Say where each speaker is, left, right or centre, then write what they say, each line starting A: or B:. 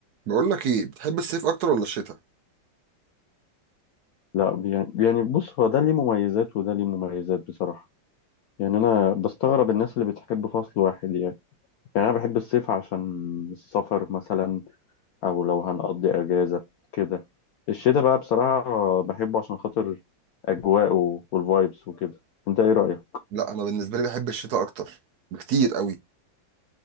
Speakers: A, on the right; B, on the left.
A: بقول لك ايه بتحب الصيف اكتر ولا الشتاء
B: لا بي- يعني بص هو ده ليه مميزات وده ليه مميزات بصراحة يعني أنا بستغرب الناس اللي بتحب فصل واحد يعني يعني أنا بحب الصيف عشان السفر مثلا أو لو هنقضي أجازة كده الشتاء بقى بصراحة بحبه عشان خاطر أجواء والفايبس وكده أنت إيه رأيك؟
A: لا انا بالنسبه لي بحب الشتاء اكتر بكتير قوي